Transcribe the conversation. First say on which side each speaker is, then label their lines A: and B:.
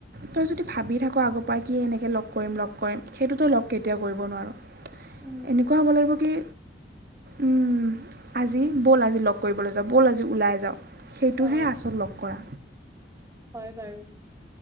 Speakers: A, on the right (about 55°); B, on the right (about 15°).
A: তই যদি ভাবি থাক আগৰ পৰাই কি এনেকৈ লগ কৰিম লগ কৰিম সেইটোতই লগ কেতিয়াও কৰিব নোৱাৰো।
B: উম,
A: এনেকুৱা হ'ব লাগিব কি উম আজি ব'ল আজি লগ কৰিবলৈ যাও ব'ল আজি ওলাই যাও। সেইটোহে
B: অ',
A: আচত লগ কৰা।
B: হয় বাৰু।